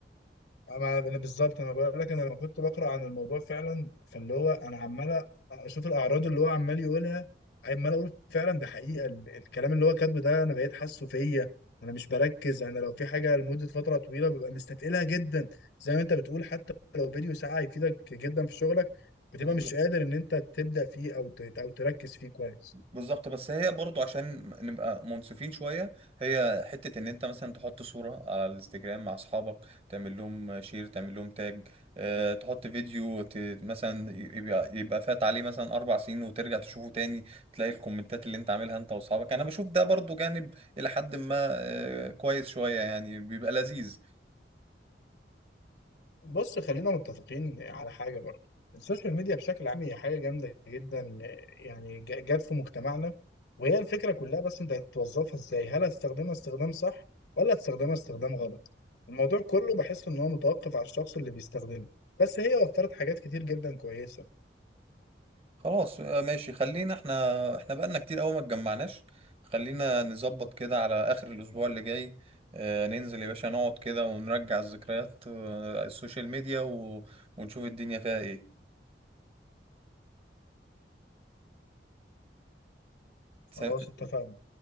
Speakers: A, on the left; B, on the right.
A: أنا أنا بالظبط انا بقول لك انا لما كنت بقرا عن الموضوع فعلا فاللي هو انا عمال اشوف الاعراض اللي هو عمال يقولها عمال اقول فعلا ده حقيقه ال- الكلام اللي هو كاتبه ده انا بقيت حاسه فيا انا مش بركز انا لو في حاجه لمده فتره طويله ببقى مستثقلها جدا زي ما انت بتقول حتى لو فيديو ساعه يفيدك جدا في شغلك بتبقى
B: بالظبط
A: مش قادر ان انت تبدا فيه او ت- او تركز فيه كويس
B: بالظبط بس هي برضو عشان نبقى منصفين شوية هي حتة ان انت مثلا تحط صورة على الانستجرام مع اصحابك تعمل لهم شير تعمل لهم تاج اه تحط فيديو ت... مثلا يبقى, يبقى فات عليه مثلا اربع سنين وترجع تشوفه تاني تلاقي الكومنتات اللي انت عاملها انت واصحابك انا بشوف ده برضو جانب الى حد ما اه كويس شوية يعني بيبقى لذيذ
A: بص خلينا متفقين على حاجة برضو السوشيال ميديا بشكل عام هي حاجة جامدة جدا يعني ج- جت في مجتمعنا وهي الفكرة كلها بس انت هتوظفها ازاي هل هتستخدمها استخدام صح ولا هتستخدمها استخدام غلط الموضوع كله بحس ان هو متوقف على الشخص اللي بيستخدمه بس هي وفرت حاجات كتير جدا كويسة
B: خلاص آه، ماشي خلينا احنا احنا بقالنا كتير قوي ما اتجمعناش خلينا نظبط كده على اخر الاسبوع اللي جاي آه، ننزل يا باشا نقعد كده ونرجع الذكريات آه، السوشيال ميديا و... ونشوف الدنيا فيها ايه س-
A: خلاص اتفقنا